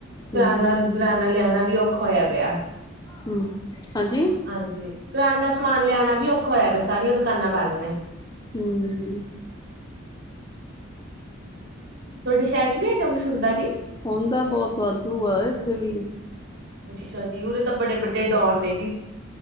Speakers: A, on the right; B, on the left.
A: ਕਰਾਨਾ
B: ਹਮ
A: ਕਰਿਆਨਾ ਲਿਆਉਣਾ ਵੀ ਔਖਾ ਹੋਇਆ ਪਿਆ,
B: ਹਮ ਹਾਂਜੀ
A: ਹਾਂਜੀ। ਕਰਾਨੇ ਦਾ ਸਮਾਨ ਲਿਆਣਾ ਵੀ ਔਖਾ ਹੋਇਆ ਪਯਾ ਸਾਰੀਆਂ ਦੁਕਾਨਾਂ ਬੰਦ ਨੇ।
B: ਹੂੰ।
A: ਤੁਹਾਡੇ ਸ਼ਹਿਰ ਚ ਨੀ ਐਹੋ ਜਿਹਾ ਕੁੱਛ ਹੁੰਦਾ ਜੀ?
B: ਹੁਣ ਤਾਂ ਬੋਤ ਵਾਧੂ ਆ, ਐਥੇ ਵੀ
A: ਅੱਛਾ ਜੀ। ਓਰੇ ਤਾਂ ਬੜੇ ਬਡੇ ਡੋਨ ਨੇ ਜੀ।